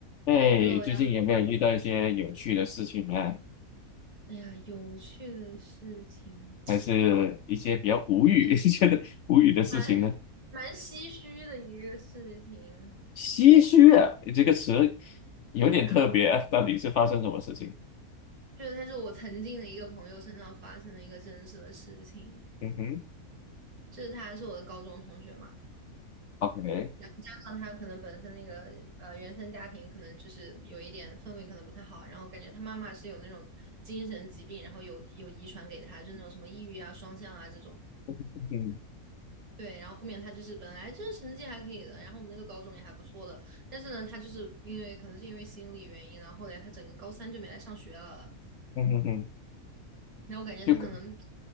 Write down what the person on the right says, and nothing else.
Hello
呀，哎呀，有趣的事情，
感觉
蛮蛮唏嘘的一个事情。
对呀，
就是他是我曾经的一个朋友身上发生的一个真实的事情，
就是他是我的高中同学嘛，
然后加上他可能本身那个呃原生家庭可能就是有一点氛围可能不太好，然后感觉他妈妈是有那种精神疾病，然后有有遗传给他，就那种什么抑郁啊、双向啊这种。
对，然后后面他就是本来就是成绩还可以的，然后我们那个高中也还不错的，但是呢，他就是因为可能是因为心理原因，然后后来他整个高三就没来上学了，
然后我感觉他可能